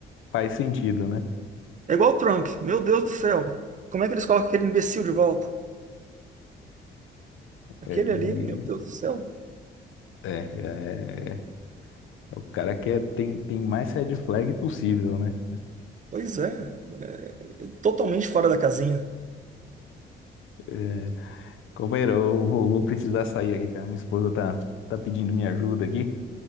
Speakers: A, on the left; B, on the right.
A: faz sentido, né?
B: É igual o Trump. Meu Deus do céu. Como é que eles colocam aquele imbecil de volta? Aquele
A: É, é, e
B: ali, meu Deus do céu.
A: é, é, é, o cara quer tem, tem mais red flag possível, né?
B: Pois é. é é totalmente fora da casinha.
A: É, companheiro, eu vou, vou precisar sair aqui, cara. Minha esposa tá, tá pedindo minha ajuda aqui,